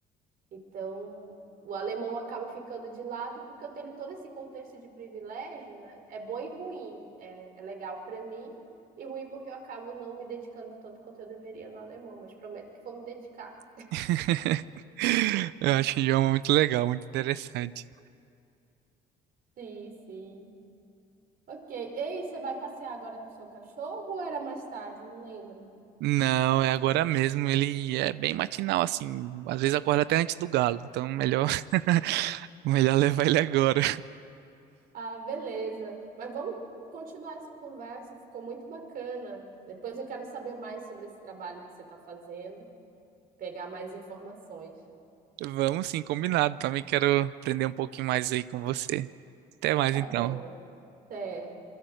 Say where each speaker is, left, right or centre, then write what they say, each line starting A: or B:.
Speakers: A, on the right; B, on the right.
A: Então, o alemão acaba ficando de lado porque eu tenho todo esse contexto de privilégio, né? É bom e ruim. É, é legal para mim e ruim porque eu acabo não me dedicando tanto quanto eu deveria no alemão, mas prometo que vou me dedicar.
B: <laughs> Eu acho o idioma muito legal, muito interessante.
A: Sim, sim. Ok. Ei, você vai passear agora com o seu cachorro ou era mais tarde? Não lembro.
B: Não, é agora mesmo. Ele é bem matinal, assim. Às vezes acorda até antes do galo. Então, melhor, <laughs> melhor levar ele agora.
A: Ah, beleza. Mas vamos continuar essa conversa, ficou muito bacana. Depois eu quero saber mais sobre esse trabalho que você está fazendo, pegar mais informações. <laughs>
B: Vamos sim, combinado. Também quero aprender um pouquinho mais aí com você. Até mais
A: Tá
B: então.
A: bom. sim